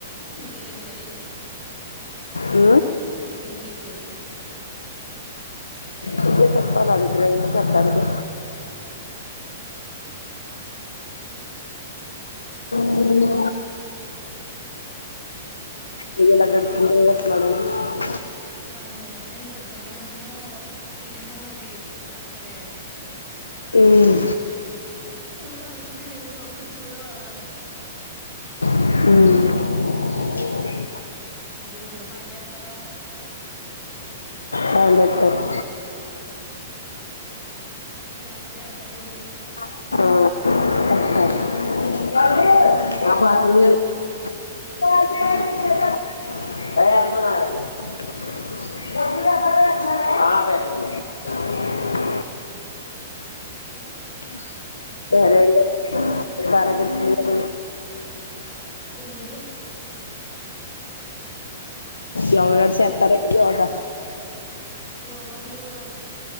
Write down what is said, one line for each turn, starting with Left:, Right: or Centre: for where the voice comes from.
Centre: ఇంకేంటండి మరి
Left: ఊ
Centre: ఇంకేంటియి
Left: నువ్వే చెప్పాలా నా దగ్గర ఏం ఉంది చెప్టానికి అవునా <unintelligible>
Centre: బానే గడిచిన పొద్దున్నఏమో తినే అది పచ్చడే
Left: ఏం
Centre: తర్వాత అళ్ మీ సో కూర్చోల్లో అలాగా
Left: ఉమ్
Centre: మీ ఊర్లో బాగా చేస్తారా
Left: బాచేత్తారు
Centre: జాతర చేత్తార ఏంటి
Left: ఆ <unintelligible> <unintelligible> <unintelligible> <inaudible> సరే అండీ రేపనకచ్చే <inaudible>
Centre: ఏంటిది
Left: యోగ గారు చేస్తారండి యోగ
Centre: యోగా మేవా